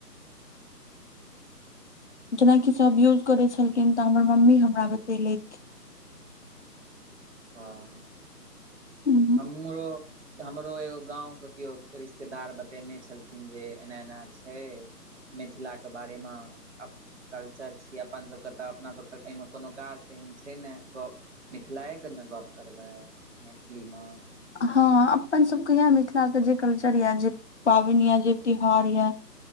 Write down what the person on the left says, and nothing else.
जेनाकि सभ यूज करे छलखिन त हमर मम्मी हमरा बतेलैथ
हम्म,
हँ अपन सबके मिथिला के जे कल्चर यए जे पाबन ये जे त्यौहार ये